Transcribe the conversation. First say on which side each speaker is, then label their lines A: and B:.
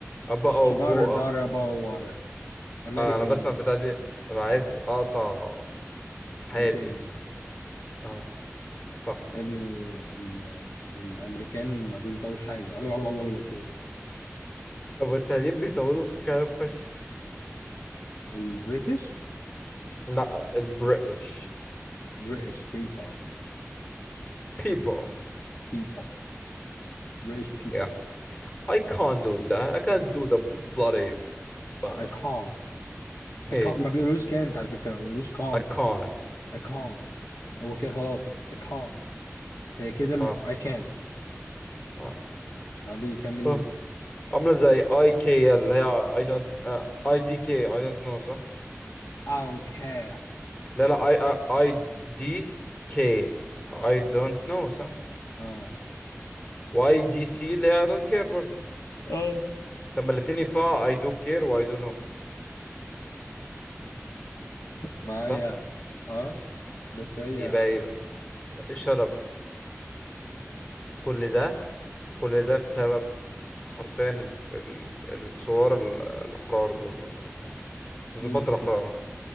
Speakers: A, on the left; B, on the left.
A: a bottle
B: She
A: of
B: bought
A: water
B: her daughter a bottle of water. American
A: آه أنا بسمع البتاع دي ببقى عايز أقطع حياتي
B: لتاني
A: آه صح
B: يا ابني ال- الأمريكان ما بينطوش حاجة <laughs> كده
A: طب والتعليم بيطولوا في الكلام فشخ
B: البريتش
A: لا البريتش
B: British people
A: people
B: people British people
A: yeah I can't do that I can't do the bloody bust
B: I can't
A: <laughs>
B: I can't ما بيقولوش can't على فكرة ما بيقولوش can't
A: I can't
B: I can't هو كده خلاص I can't هي كده م-
A: آه
B: I can't
A: آه.
B: ما بيكملوش
A: آه. عامله زي اي كي اللي هي اي دونت اي دي كي اي دونت نو صح
B: I don't care
A: لا لا اي اي دي كي اي دونت نو صح
B: اه
A: واي دي سي اللي هي اي دونت كير برضه
B: اه
A: لما الاثنين ينفعوا اي دو كير واي دو نو
B: ما
A: صح
B: هي اه بس هي
A: يبقى ايه بقى شرب كل ده كل ده بسبب حرفيا ال- ال- الثوار ال- الاحرار دول أنا مش عارف. ضباط
B: مين السبب
A: الاحرار آه.